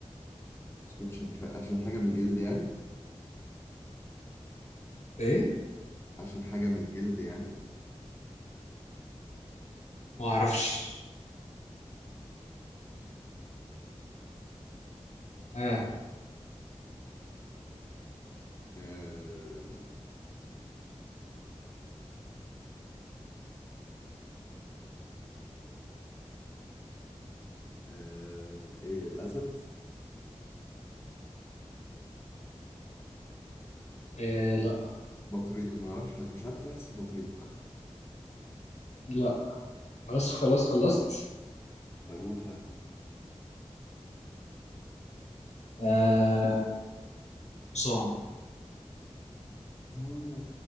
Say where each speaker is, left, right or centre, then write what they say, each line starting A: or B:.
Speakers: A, on the left; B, on the left.
A: بس كوتشي عارفة- عشان حاجة من الجلد يعني
B: ايه
A: عشان حاجة من الجلد يعني
B: ما اعرفش اه
A: آه آه ايه الأسد
B: إيه لا
A: بطريق ما اعرفش مش عارف ليه حاسس بطريق
B: لا خلاص خلاص خلصت
A: طب قول طيب
B: آه حصان
A: آه،